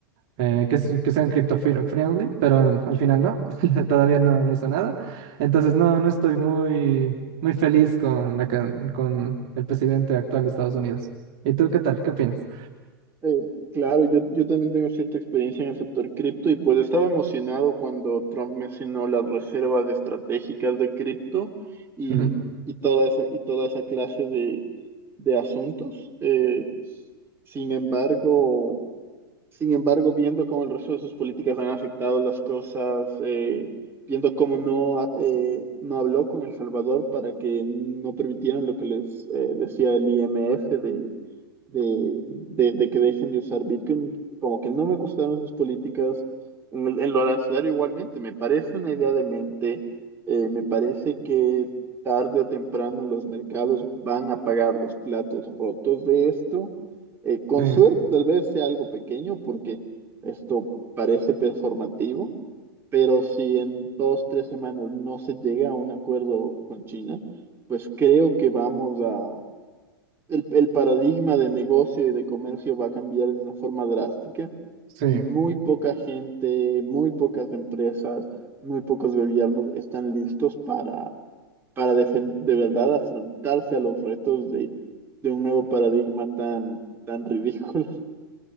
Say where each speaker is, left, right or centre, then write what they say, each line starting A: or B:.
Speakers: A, on the right; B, on the right.
A: eh, que, s- que sean crypto fri- friendly, pero em, al final no, <laughs> todavía no, no hizo nada. Entonces no, no estoy muy, muy feliz con la, ca- con el presidente actual de Estados Unidos. ¿Y tú qué tal? ¿Qué opinas?
B: Eh, claro, yo, yo también tengo cierta experiencia en el sector cripto y pues estaba emocionado cuando Trump mencionó las reservas estratégicas de cripto y,
A: Ujú.
B: y toda esa, y toda esa clase de, de asuntos. Eh, sin embargo... Sin embargo, viendo cómo el resto de sus políticas han afectado las cosas, eh, viendo cómo no, ha- eh, no habló con El Salvador para que no permitieran lo que les eh, decía el IMF de, de, de- de que dejen de usar Bitcoin, como que no me gustaron sus políticas. En, el- en lo arancelario igualmente, me parece una idea de mente, eh, me parece que tarde o temprano los mercados van a pagar los platos rotos de esto. Eh, con
A: Sí,
B: suerte tal vez sea algo pequeño porque esto parece performativo, pero si en dos, tres semanas no se llega a un acuerdo con China, pues creo que vamos a, el, el paradigma de negocio y de comercio va a cambiar de una forma drástica
A: sí,
B: y muy poca gente, muy pocas empresas, muy pocos gobiernos están listos para, para defen- de verdad afrontarse a los retos de, de un nuevo paradigma tan, tan ridículo.